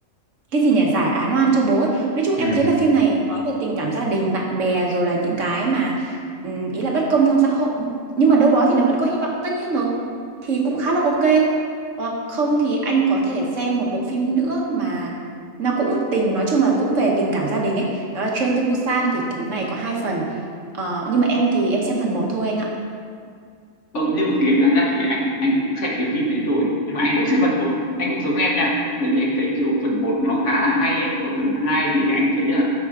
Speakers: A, on the right; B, on the left.
A: cái gì nhỉ giải án oan cho bố ấy. Nói chung
B: ừ
A: em thấy là phim này nói về tình cảm gia đình, bạn bè rồi là những cái mà ừm, ý là bất công trong xã hội nhưng mà đâu đó thì nó vẫn có hy vọng tất nhiên rồi. Thì cũng khá là ok. Hoặc không thì anh có thể xem một bộ phim nữa mà nó cũng tình nói chung là cũng về tình cảm gia đình ấy đó là Train to Busan thì cái này có hai phần Ờ, nhưng mà em thì em xem phần một thôi anh ạ
B: Ừ, nhưng mà kể ra nhá thì anh anh cũng xem cái phim đấy rồi nhưng mà anh cũng xem phần một anh cũng giống em nha tại vì anh thấy kiểu phần một nó khá là hay ấy còn phần 2 thì anh thấy là